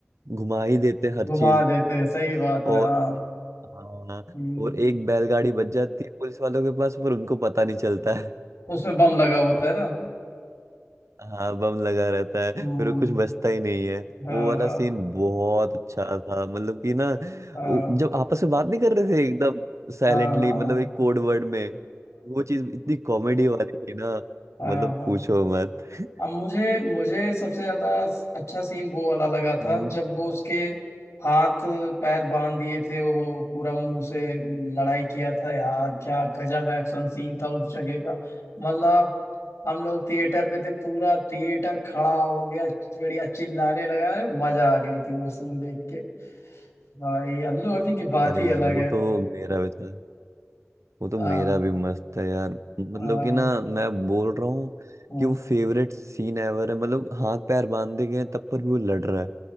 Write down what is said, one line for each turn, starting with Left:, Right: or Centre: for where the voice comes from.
Right: घुमा ही देते हैं हर
Left: घुमा
Right: चीज
Left: देते हैं सही बात
Right: और
Left: है हाँ
Right: हाँ
Left: हम्म,
Right: और एक बैलगाड़ी बच जाती है पुलिस वालों के पास पर उनको पता नहीं चलता है
Left: उसमें बम लगा होता है ना
Right: हाँ बम लगा रहता
Left: हम्म,
Right: है फिर कुछ बचता ही नहीं है
Left: हाँ
Right: वो वाला
Left: हाँ
Right: सीन बहुत अच्छा था मतलब कि ना
Left: हाँ
Right: वो जब आपस में बात नहीं कर रहे थे एकदम साइलेंटली
Left: हाँ हाँ
Right: मतलब
Left: हाँ
Right: एक कोड वर्ड में वो चीज इतनी कॉमेडी वाली थी ना
Left: हाँ
Right: मतलब
Left: हाँ हाँ
Right: पूछो मत <laughs>
Left: अब मुझे मुझे सबसे ज्यादा अच्छा सीन वो वाला लगा था
Right: हम्म।
Left: जब वो उसके हाथ पैर बांध दिए थे वो पूरा मुंह से लड़ाई किया था यार क्या गजब एक्शन सीन था उस जगह का मतलब हम लोग थिएटर में थे पूरा थिएटर खड़ा हो गया बढ़िया चिल्लाने लगा अरे मजा आ गई थी वो सीन देख के भाई अल्लू अर्जुन की बात
Right: अरे
Left: ही
Right: यार
Left: अलग
Right: वो
Left: है
Right: तो मेरा भी था वो तो
Left: हाँ
Right: मेरा भी मस्त है यार मतलब
Left: हाँ
Right: कि ना मैं बोल रहा हूँ
Left: हाँ
Right: कि वो फेवरेट सीन एवर है मतलब हाथ पैर बांधे गए हैं, तब पर भी वो लड़ रहा है